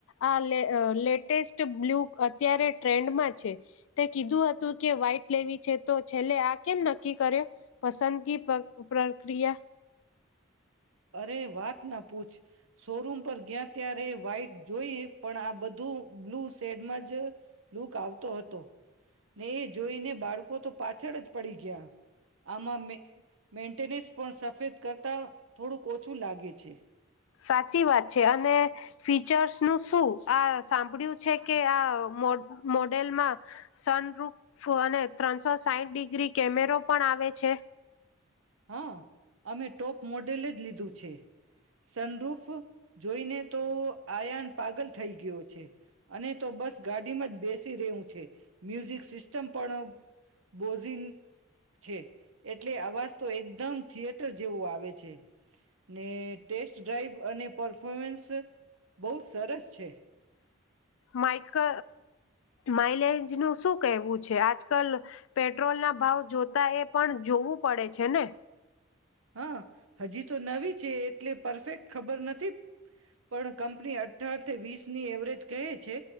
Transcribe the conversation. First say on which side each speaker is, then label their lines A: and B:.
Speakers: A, on the left; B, on the right.
A: આ લે લેટેસ્ટ બ્લુ અત્યારે ટ્રેન્ડમાં છે તે કીધું હતું કે વ્હાઈટ લેવી છે તો છેલ્લે આ કેમ નક્કી કર્યો પસંદગી પ પ્રક્રિયા
B: અરે વાત ના પૂછ શોરૂમ પર ગયા ત્યારે વા્ઈટ જોઈ પણ આ બ <unintelligible> બ્લુ સેડમાં જ લુક આવતો હતો ને એ જોઈને બાળકો તો પાછળ જ પડી ગયા. આમાં મે મેન્ટેનસ પણ સફેદ કરતા થોડુંક ઓછું લાગ્યું. પે છે.
A: સાચી વાત. છે અને ફીચર્સ નું શું આ સાંભળ્યું છે કે આ મો મોડેલમાં સન રુફ અને ત્રણસો સાઠ ડિગ્રી કેમેરો પણ આવે છે.
B: હા. અમે ટોપ મોડેલ જ લીધું છે. સનરુફ જોઈને તો આયાન પાગલ થઈ ગયો. છે. અને તો બસ ગાડીમાં જ બેસી રહવું છે મ્યુઝિક સિસ્ટમ પણ બોઝીન છે એટલે, આવા તો એકદમ થિયેટર જેવું આવે છે. ને ટેસ્ટ ડ્રાઈવ અને પરફોર્મન્સ બહુ સરસ છે.
A: માઈકલ માઇલેજ નું શું કહેવું છે આજ કલ પેટ્રોલ ના ભાવ જોતા એ પણ જોવું પડે છે ને?
B: હા હજી તો નવી છે એટલે પરફેક્ટ ખબર નથી પણ કંપની અઠાર વીસ ની એવરેજ કહે છે